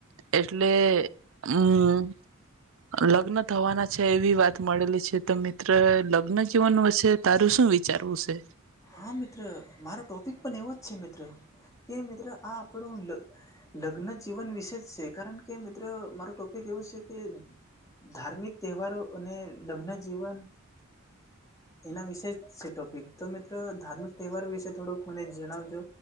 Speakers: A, on the right; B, on the left.
A: એટલે અમ્મ લગ્ન થવાના છે એવી વાત મળેલી છે તમે તે લગ્ન જીવન વીશેે તારું શું વિચારવું છે?
B: હા મિત્ર મારો ટૉપિક પણ એવો જ છે મિત્ર કે મિત્ર આ આપણો લ લગ્ન જીવન વિશે જ છે કારણ કે મિત્ર મારો ટોપિક એવું છે કે ધાર્મિક તહેવારો અને લગ્ન જીવન એના વિશે છે ટોપિક તો મેં ધાર્મિક તહેવાર વિશે થોડુંક મને જણાવજો